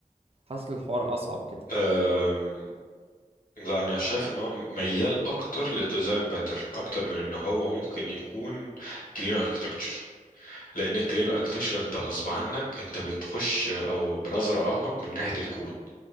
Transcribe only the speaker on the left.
أم... لا انا شايف ان هو ميال اكتر لديزاين باترن اكتر من ان هو ممكن يكون كلين اركتكتشر لان الكلين اركتكشر انت غصب عنك انت بتخش او بنظره اعمق من ناحيه الكود